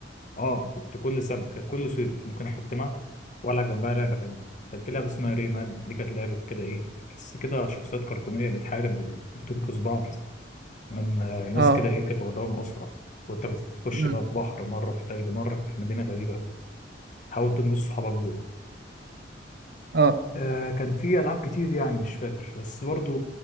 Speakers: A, on the left (about 45°); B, on the right (about 60°).
A: اه كنت كل سنه كان كل صيف ممكن اختمها والعب جنبها لعبه كمان كان في لعبه اسمها ريمان دي كانت لعبه كده ايه تحس كده شخصيات كرتونيه بتحارب وبتنقذ بعض من آه، ناس
B: اه
A: كده ايه كانت وضعهم اسرع وانت بتخش
B: امم
A: بقى في بحر مره في تلج مره في مدينه غريبه تحاول تنقذ صحابك دول
B: اه
A: آه كان في ألعاب كتير يعني مش فاكر بس برضو